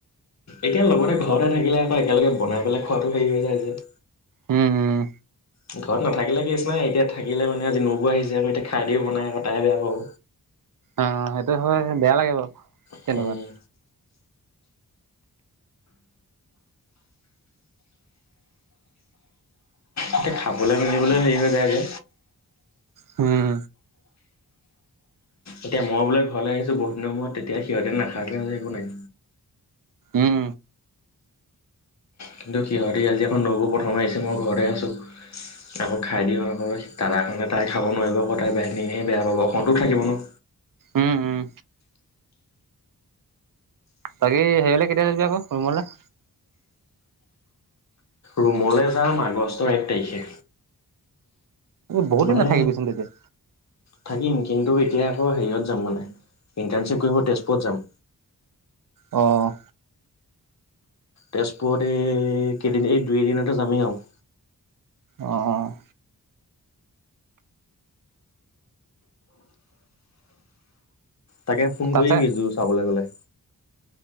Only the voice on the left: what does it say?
এতিয়া লগতে ঘৰতে থাকিলে আকৌ একেলগে বনাই পেলাই খোৱাাতটো হেৰি হৈ যায় যে।
ঘৰত নাথাকিলে কেছ নাই এতিয়া থাকিলে মানে আজি নবৌ আহিছে আকৌ এতিয়া খাই দিও বনায় আকৌ তাই বেয়া পাব।
হুম। এতিয়া খাবলৈ মেলিবলৈ হেৰি হৈ যায় যে।
এতিয়া মই বোলে ঘৰলৈ আহিছো বহু দিনৰ মূৰত তেতিয়া সিহঁতে নাথাকে আজি একো নাই।
কিন্তু সিহঁতি আজি আকৌ নবৌ প্ৰথম আহিছে মই ঘৰতে আছোঁ আকৌ খাই দিওঁ আকৌ তাৰ তাৰ কাৰণে তাই খাব নোৱাৰিব আকৌ তাই <unintelligible> বেয়া পাব অসমতো থাকিব ন।
ৰুমলৈ যাম আগষ্টৰ এক তাৰিখে।
মানে
থাকিম কিন্তু এতিয়া আকৌ হেৰিয়ত যাম মানে ইণ্টাৰ্ণশ্বিপ কৰিব তেজপুৰত যাম।
তেজপুৰত এই কেইদিন এই দুই এদিনতে যামেই আৰু।
তাকে, ফোন
কৰিবি জুৰ চাবলৈ গ'লে।